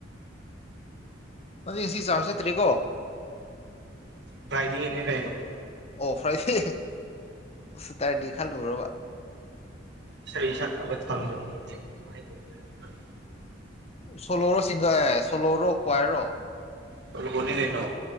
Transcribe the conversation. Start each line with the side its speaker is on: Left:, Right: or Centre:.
Left: ꯑꯗꯨ ꯉꯁꯤ ꯆꯥꯔ ꯆꯠꯇ꯭ꯔꯤꯀꯣ
Right: ꯐ꯭ꯔꯥꯏꯗꯦꯅꯦ ꯀꯩꯅꯣ
Left: ꯑꯣ ꯐ꯭ꯔꯥꯏꯗꯦ ꯁꯇꯔꯗꯦ ꯈꯜꯂꯨꯔꯕ
Right: ꯏꯁꯩ ꯁꯛꯅꯕ <unintelligible>
Left: ꯁꯣꯂꯣꯔꯣ ꯁꯤꯡꯒ ꯑꯦ ꯁꯣꯂꯣꯔꯣ ꯀ꯭ꯋꯥꯏꯔꯣ
Right: ꯇꯨꯜꯕꯨꯅꯤ ꯀꯩꯅꯣ